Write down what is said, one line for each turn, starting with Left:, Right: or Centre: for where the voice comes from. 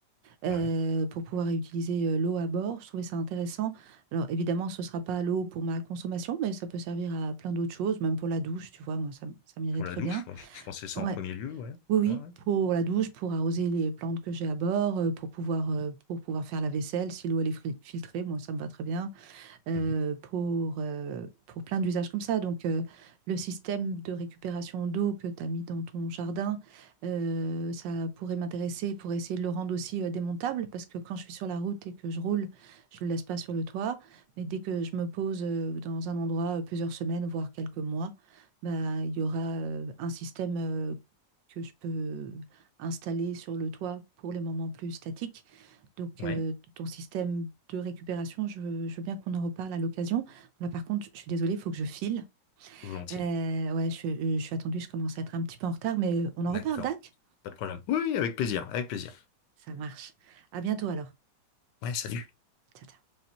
Right: euh,
Left: Ouais.
Right: pour pouvoir réutiliser euh, l'eau à bord. Je trouvais ça intéressant. Alors, évidemment, ce ne sera pas l'eau pour ma consommation, mais ça peut servir à plein d'autres choses, même pour la douche, tu vois. Moi, ça, m- ça m'irait
Left: Pour
Right: très
Left: la douche,
Right: bien.
Left: moi, je pensais ça
Right: Ouais.
Left: en premier lieu, ouais.
Right: Oui, oui,
Left: Ouais, ouais.
Right: pour la douche, pour arroser les plantes que j'ai à bord, euh, pour pouvoir, euh, pour pouvoir faire la vaisselle, si l'eau elle est fri- filtrée, moi ça me va très bien euh,
Left: Mhm.
Right: pour, euh, pour plein d'usages comme ça. Donc, euh, le système de récupération d'eau que tu as mis dans ton jardin, euh, ça pourrait m'intéresser pour essayer de le rendre aussi euh, démontable, parce que quand je suis sur la route et que je roule, je ne le laisse pas sur le toit. Mais dès que je me pose euh, dans un endroit euh, plusieurs semaines, voire quelques mois, bah, il y aura euh, un système euh, que je peux installer sur le toit pour les moments plus statiques donc,
Left: Ouais,
Right: euh, ton système de récupération, je veux, je veux bien qu'on en reparle à l'occasion. Là, par contre, je suis désolée, il faut que je file.
Left: volontiers.
Right: Euh, ouais, je, je suis attendue, je commence à être un petit peu en retard, mais on en
Left: D'accord.
Right: reparle, Dac?
Left: Pas de problème. Oui, avec plaisir, avec plaisir.
Right: Ça marche. À bientôt alors.
Left: Ouais, salut.
Right: Ciao, ciao.